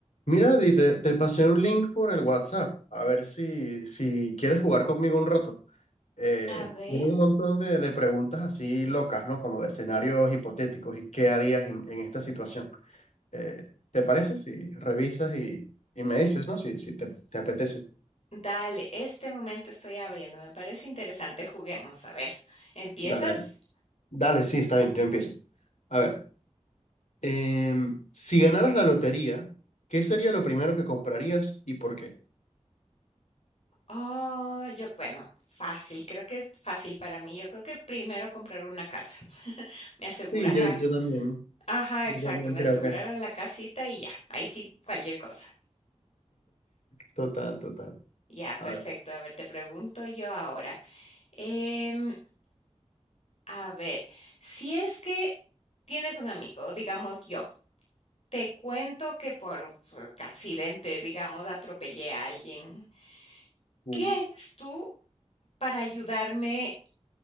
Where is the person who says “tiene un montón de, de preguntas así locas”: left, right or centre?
Left